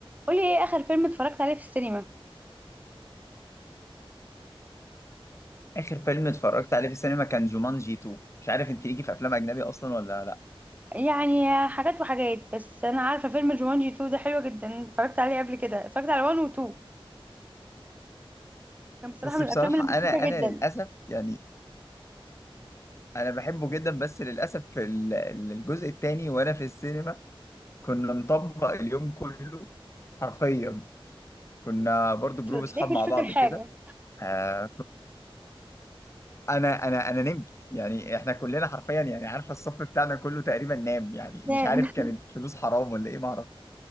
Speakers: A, on the right (about 15°); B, on the left (about 30°).
A: قولي ايه اخر فيلم اتفرجت عليه في السينما
B: اخر فيلم اتفرجت عليه في السينما كان جومانجي 2 مش عارف انت ليكي في افلام اجنبي اصلا ولا لا
A: يعني حاجات وحاجات بس انا عارفه فيلم جومانجي 2 ده حلو جدا اتفرجت عليه قبل كده اتفرجت على 1 و 2 كان بصراحه
B: بس
A: من
B: بصراحه
A: الافلام اللي مضحكه
B: انا انا
A: جدا
B: للاسف يعني انا بحبه جدا بس للاسف في ال- الجزء الثاني وانا في السينما كنا مطبق اليوم كله حرفيا كنا برضو جروب اصحاب
A: تلاقيك
B: مع
A: مش فاكر
B: بعض
A: حاجه
B: كده آه ك- انا انا انا نمت يعني احنا كلنا حرفيا يعني عارفه الصف بتاعنا كله تقريبا نام يعني
A: نعم
B: مش عارف كانت فلوس حرام ولا ايه ما اعرف